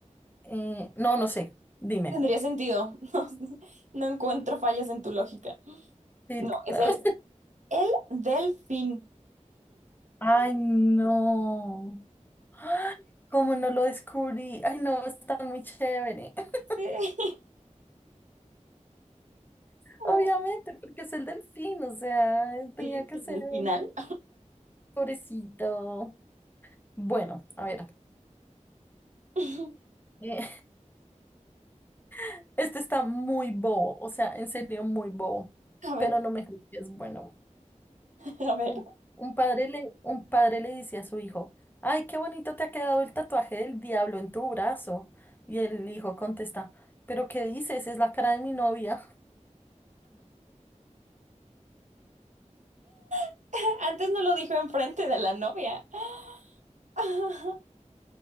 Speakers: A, on the left (about 15°); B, on the right (about 70°).
A: Eh, no, no sé, dime.
B: Tendría sentido. <laughs> No, no encuentro fallas en tu lógica.
A: Sí,
B: No, es
A: total.
B: el, el delfín.
A: Ay, no. Ay, ¿cómo no lo descubrí? Ay, no, está muy chévere. <laughs>
B: Sí. <laughs>
A: Obviamente, porque es el delfín, o sea, tenía
B: Sí,
A: que
B: desde
A: ser
B: el final.
A: el pobrecito. Bueno, a ver.
B: <laughs>
A: eh, <laughs> este está muy bobo, o sea, en serio, muy bobo.
B: A ver,
A: Pero no me juzgues. Bueno,
B: a ver.
A: un, un padre le, un padre le dice a su hijo: Ay, qué bonito te ha quedado el tatuaje del diablo en tu brazo. Y el hijo contesta: ¿Pero qué dices? Es la cara de mi novia.
B: <laughs> Antes no lo dijo enfrente de la novia. <laughs>